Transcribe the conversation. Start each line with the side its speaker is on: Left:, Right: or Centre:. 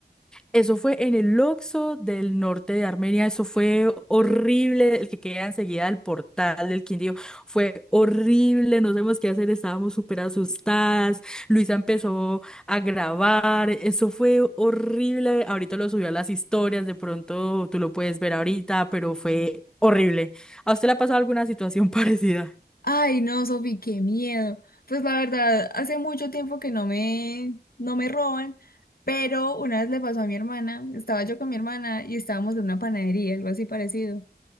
Centre: Eso fue en el oxxo del norte de Armenia, eso fue horrible, el que queda enseguida del portal del Quindío, fue horrible, no sabemos qué hacer, estábamos súper asustadas, Luisa empezó a grabar, eso fue horrible, ahorita lo subió a las historias, de pronto tú lo puedes ver ahorita, pero fue horrible. ¿A usted le ha pasado alguna situación <laughs> parecida?
Left: Ay, no, Sofi, qué miedo. Pues la verdad, hace mucho tiempo que no me, no me roban, pero una vez le pasó a mi hermana, estaba yo con mi hermana y estábamos en una panadería, algo así parecido.